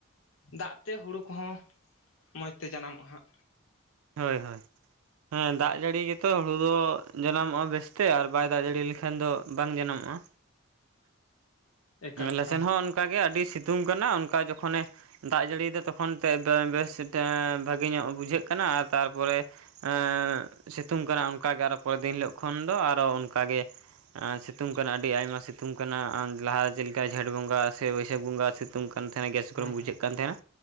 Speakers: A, on the left (about 70°); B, on the right (about 80°).
A: ᱫᱟᱜ ᱛᱮ ᱦᱩᱲᱩ ᱠᱚᱦᱚᱸᱼᱼ ᱢᱚᱸᱡᱽ ᱛᱮ ᱡᱟᱱᱟᱢᱚᱜᱼᱟ ᱦᱟᱸᱜ᱾
B: ᱦᱳᱭ ᱦᱳᱭ ᱦᱮᱸ ᱫᱟᱜ ᱡᱟᱹᱲᱤ ᱜᱮᱛᱚ ᱦᱩᱲᱩ ᱫᱚ ᱡᱟᱱᱟᱢᱚᱜᱼᱟ ᱵᱮᱥᱛᱮ ᱟᱨ ᱵᱟᱭ ᱫᱟᱜ ᱡᱟᱹᱲᱤ ᱞᱮᱠᱷᱟᱱ ᱫᱚ ᱵᱟᱝ ᱡᱟᱱᱟᱢᱚᱜᱼᱟ᱾
A: ᱮᱠᱟᱞ ᱮᱠᱟᱞ
B: ᱞᱮ ᱥᱮᱱ ᱦᱚᱸ ᱚᱱᱠᱟᱜᱮ ᱟᱹᱰᱤ ᱥᱤᱛᱩᱝ ᱠᱟᱱᱟ ᱚᱱᱠᱟ ᱡᱚᱠᱷᱚᱱ ᱮ᱾ ᱫᱟᱜ ᱡᱟᱹᱲᱤ ᱛᱚᱠᱷᱚᱱ ᱛᱮ ᱵᱮᱥ ᱵᱷᱟᱹᱜᱮ ᱧᱚᱜ ᱵᱩᱡᱷᱟᱹᱜ ᱠᱟᱱᱟ ᱛᱟᱨᱯᱚᱨᱮᱼᱼ ᱮᱸ ᱥᱤᱛᱩᱝ ᱠᱟᱱᱟ ᱚᱱᱠᱟᱜᱮ ᱯᱚᱨᱮ ᱫᱤᱱ ᱦᱤᱞᱳᱜ ᱠᱷᱚᱱ ᱫᱚ ᱟᱨ ᱚᱱᱠᱟᱜᱮ᱾ ᱮᱸᱻ ᱥᱤᱛᱩᱝ ᱠᱟᱱᱟ ᱟᱹᱰᱤ ᱟᱭᱢᱟ ᱥᱤᱛᱩᱝ ᱠᱟᱱᱟ ᱞᱟᱦᱟᱼᱼ ᱡᱮᱞᱮᱠᱟ ᱡᱷᱟᱮᱸᱴ ᱵᱚᱸᱜᱟ ᱥᱮ ᱵᱟᱹᱭᱥᱟᱹᱠᱷ ᱵᱚᱸᱜᱟ ᱥᱤᱛᱩᱝ ᱠᱟᱱ ᱛᱟᱦᱮᱱᱟ ᱜᱮᱥ ᱜᱚᱨᱚᱢ
A: ᱦᱮᱸ
B: ᱵᱩᱡᱷᱟᱹᱜ
A: ᱦᱮᱸ
B: ᱠᱟᱱ ᱛᱟᱦᱮᱱᱟ